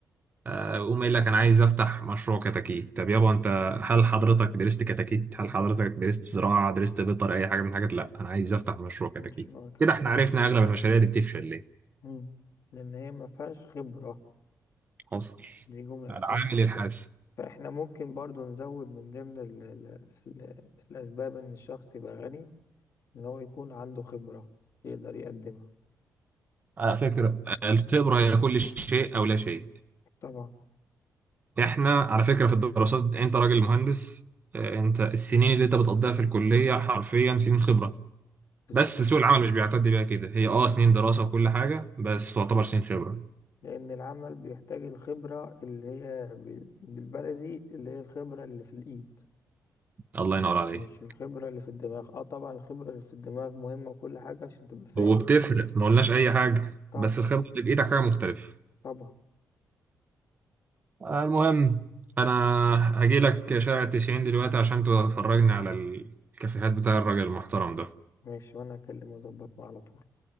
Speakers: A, on the right (about 25°); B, on the left (about 55°).
A: آه، يقوم قايل لك انا عايز افتح مشروع كتاكيت طب يابا انت هل حضرتك درست كتاكيت هل حضرتك درست زراعة درست بيطر اي حاجة من الحاجات لا انا عايز افتح مشروع كتاكيت
B: مش نوع كده
A: كده احنا عرفنا اغلب المشاريع دي بتفشل ليه
B: مم. لأن هي ما فيهاش خبرة
A: حصل
B: دي جملة أساسية
A: العامل الحاسم
B: فإحنا ممكن برضو نزود من ضمن ال ال ال الأسباب إن الشخص يبقى غني إن هو يكون عنده خبرة يقدر يقدمها
A: على فكرة الخبرة هي كل شيء أو لا شيء
B: طبعا
A: إحنا على فكرة في الدراسات أنت راجل مهندس آه، أنت السنين اللي أنت بتقضيها في الكلية حرفيا سنين خبرة
B: بالظبط
A: بس سوق العمل مش بيعتد بيها كده هي اه سنين دراسة وكل حاجة بس تعتبر سنين خبرة
B: لأن العمل بيحتاج الخبرة اللي هي بال- بالبلدي اللي هي الخبرة اللي في الإيد
A: الله ينور عليك
B: مش الخبرة اللي في الدماغ اه طبعا الخبرة اللي في الدماغ مهمة وكل حاجة عشان تبقى فاهم
A: وبتفرق ما قلناش أي حاجة
B: طبعا
A: بس الخبرة اللي بإيدك حاجة مختلفة
B: طبعا
A: آه، المهم أنا هجيلك شارع التسعين دلوقتي عشان تفرجني على الكافيهات بتاع الراجل المحترم ده
B: ماشي وأنا هكلم أظبط معاه على طول